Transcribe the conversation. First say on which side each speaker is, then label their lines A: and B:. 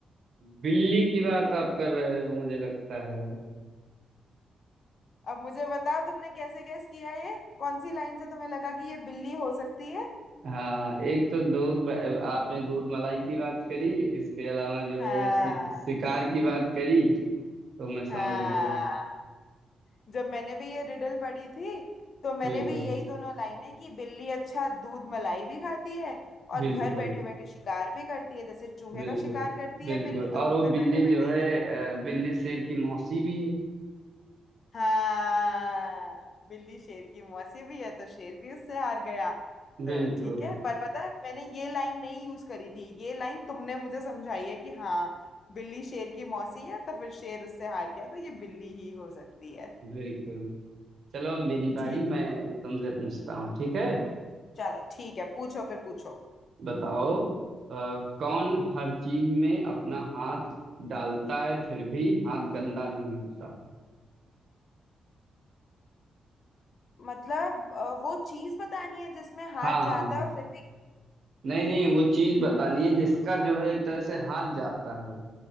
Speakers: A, on the right; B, on the left.
A: बिल्ली की बात आप कर रहे हो मुझे लगता है
B: अब मुझे बताओ तुमने कैसे गैस किया ये कौन सी लाइन से तुम्हें लगा कि ये बिल्ली हो सकती है
A: हाँ एक तो दूध ब- आपने दूध मलाई की बात करी इसके अलावा जो
B: हाँ
A: है शिक, शिकार की बात करी तो मैं समझ
B: हाँ
A: गया
B: जब मैंने भी ये रिडल पढ़ी थी तो मैंने
A: बिल्कुल
B: भी यही दोनों लाइनें कि बिल्ली अच्छा दूध मलाई भी खाती है और
A: बिल्कुल
B: घर बैठे बैठे शिकार भी करती है जैसे चूहे
A: बिल्कुल
B: का शिकार करती
A: बिल्कुल
B: है बिल्ली तो
A: और
B: वो
A: वो
B: घर बैठे
A: बिल्ली
B: बैठे
A: जो
B: ही
A: है
B: करती है
A: अ, बिल्ली शेर की मौसी भी है
B: हाँ बिल्ली शेर की मौसी भी है तो शेर भी उससे हार गया
A: बिल्कुल
B: तो ठीक है पर पता है मैंने ये लाइन नहीं यूज करी थी ये लाइन तुमने मुझे समझाई है कि हाँ बिल्ली शेर की मौसी है तो फिर शेर उससे हार गया तो ये बिल्ली ही हो सकती है
A: बिल्कुल चलो अब मेरी बारी
B: ठीक
A: मैं तुमसे पूछता हूँ ठीक है
B: चलो ठीक है पूछो फिर पूछो
A: बताओ अ, कौन हर चीज में अपना हाथ डालता है फिर भी हाथ गंदा नहीं होता
B: मतलब अ, वो चीज बतानी है जिसमें हाथ
A: हाँ
B: जाता
A: हाँ
B: है और फिर भी
A: नहीं नहीं वो चीज बतानी है जिसका जो है एक तरह से हाथ जाता है